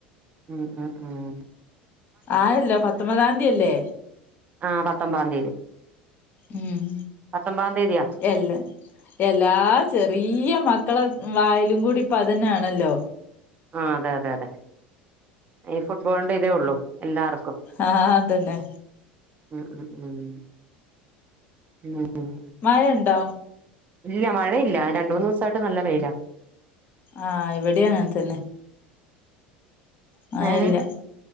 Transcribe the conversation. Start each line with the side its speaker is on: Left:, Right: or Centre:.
Right: ആഹാ ആഹാ ആഹാ
Left: ആയല്ലോ പത്തൊമ്പതാം തിയല്ലേ?
Right: ആ പത്തൊമ്പതാം തീയതി.
Left: ഉം
Right: പത്തൊമ്പതാം തീയതിയാ
Left: എല്ല എല്ലാ ചെറി ഈയ മക്കളെ വായലും കൂടി ഇപ്പൊ അതന്നാണല്ലോ.
Right: ആ അതെ അതെ അതെ ഈ ഫുട്ബോളിന്റെ ഇതേ ഉള്ളൂ എല്ലാർക്കും.
Left: ആഹ് അതന്നെ.
Right: ആ ആ ആഹ്
Left: മഴണ്ടോ?
Right: ഇല്ല മഴയില്ല രണ്ട് മൂന്ന് സായിട്ട് നല്ല വെയില.
Left: ആഹ് ഇവിടിം അങ്ങനെ തന്നെ മയ
Right: ഏഹ്
Left: ഇല്ല